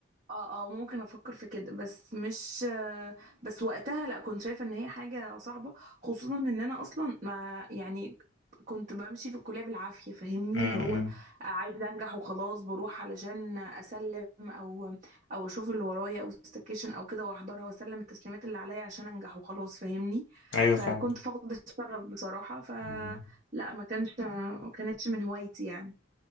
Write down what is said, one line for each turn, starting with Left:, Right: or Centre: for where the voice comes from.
Right: اه اه ممكن افكر في كده بس مش آه، بس وقتها لا كنت شايفه ان هي حاجه صعبه خصوصا ان انا اصلا ما يعني كنت بمشي في الكليه بالعافيه فاهمني
Left: امم
Right: اللي هو
Left: أمم.
Right: عايزه انجح وخلاص بروح علشان اسلم او او اشوف اللي ورايا او السكشن او كده واحضرها واسلم التسليمات اللي عليا عشان انجح وخلاص فاهمني
Left: أيوه
Right: فكنت
Left: فاهم
Right: فاقده الشغف بصراحه فلا
Left: أمم.
Right: ما كانش ما كانتش من هوايتي يعني